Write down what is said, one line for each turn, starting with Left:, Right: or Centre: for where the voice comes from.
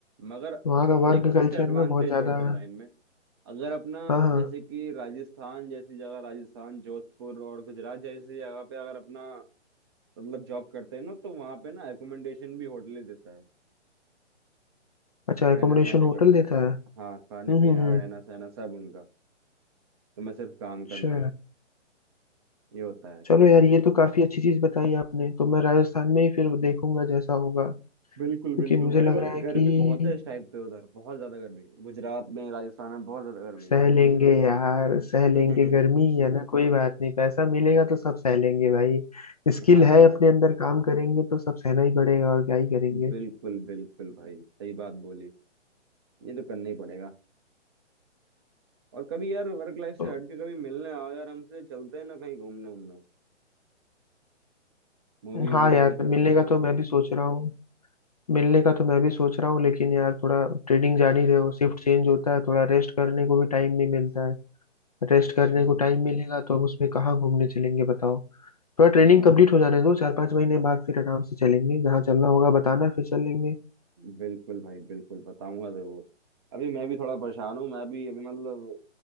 Right: मगर
Left: वहाँ का वर्क
Right: एक चीज
Left: कल्चर
Right: का एडवांटेज
Left: ना बहुत ज्यादा
Right: है होटल लाइन में अगर अपना
Left: हाँ हाँ
Right: जैसे कि राजस्थान जैसी जगह राजस्थान जोधपुर और गुजरात जैसी जगह पे अगर अपना मतलब जॉब करते हैं ना तो वहाँ पे ना एकोमोडेशन भी होटल ही देता है
Left: अच्छा
Right: रहने
Left: एकोमोडेशन
Right: सहने
Left: होटल
Right: का
Left: देता है
Right: हाँ खाने
Left: हम्म
Right: पीना
Left: हम्म हम्म
Right: रहना सहना सब उनका तुम्हें सिर्फ काम
Left: अच्छा
Right: करना है ये होता है
Left: चलो यार ये तो काफी अच्छी चीज बताई आपने तो मैं राजस्थान में ही फिर देखूंगा जैसा होगा
Right: बिल्कुल
Left: क्योंकि
Right: बिल्कुल
Left: मुझे
Right: भाई
Left: लग
Right: बाकी
Left: रहा है
Right: गर्मी
Left: कि
Right: बहुत है इस टाइम पे उधर बहुत ज्यादा गर्मी है गुजरात में राजस्थान में बहुत ज्यादा गर्मी
Left: सह लेंगे यार सह
Right: है
Left: लेंगे गर्मी ही है ना कोई बात नहीं पैसा मिलेगा तो सब सह लेंगे भाई
Right: <laughs>
Left: स्किल
Right: हाँ
Left: है अपने अंदर काम करेंगे तो सब सहना ही पड़ेगा और क्या ही करेंगे
Right: बिल्कुल बिल्कुल भाई सही बात बोली ये तो करना ही पड़ेगा और कभी यार वर्क लाइफ से
Left: तो
Right: हट के कभी मिलने आओ यार हमसे चलते हैं ना कहीं घूमने उमने मूवी
Left: हाँ
Right: भी देखने
Left: यार
Right: चलते
Left: मिलने
Right: हैं
Left: का
Right: यार कोई
Left: तो मैं भी सोच रहा हूँ मिलने का तो मैं भी सोच रहा हूँ लेकिन यार थोड़ा ट्रेडिंग जान ही रहे हो शिफ्ट चेंज होता है थोड़ा रेस्ट करने को भी टाइम नहीं मिलता है रेस्ट
Right: अच्छा
Left: करने को टाइम मिलेगा तो अब उसमें कहाँ घूमने चलेंगे बताओ थोड़ा ट्रेनिंग
Right: हाँ
Left: कंप्लीट हो जाने दो चार पांच महीने बाद फिर आराम से चलेंगे जहाँ चलना होगा बताना फिर चलेंगे
Right: बिल्कुल भाई बिल्कुल बताऊंगा जरूर अभी मैं भी थोड़ा परेशान हूँ मैं भी अभी मतलब